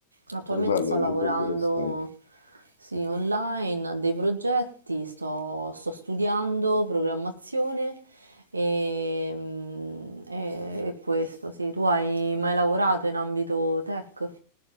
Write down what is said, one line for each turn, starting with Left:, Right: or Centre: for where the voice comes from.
Right: Attualmente
Left: Bello,
Right: sto lavorando,
Left: molto interessante.
Right: sì, online a dei progetti, sto, sto studiando programmazione e, mm, e- e questo, sì. Tu hai mai lavorato in ambito tech?